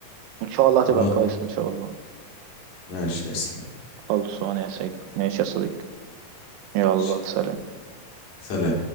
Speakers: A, on the right (about 80°); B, on the left (about 60°).
A: وان شاء الله هتبقى
B: خلاص
A: كويس ان شاء الله
B: ماشي يا اسلام
A: خلصانه يا ساجد ماشي يا صديقي يلا
B: ماشي.
A: سلام
B: سلام